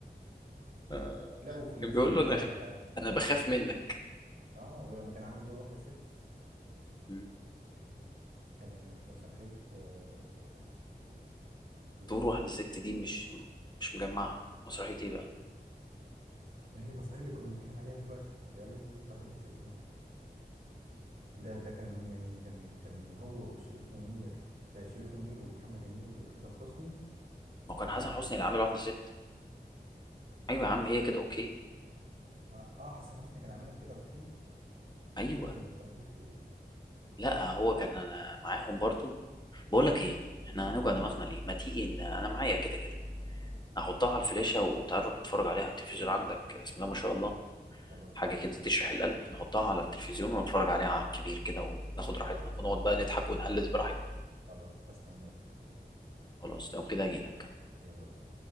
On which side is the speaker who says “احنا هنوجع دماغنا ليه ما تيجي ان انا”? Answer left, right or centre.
Left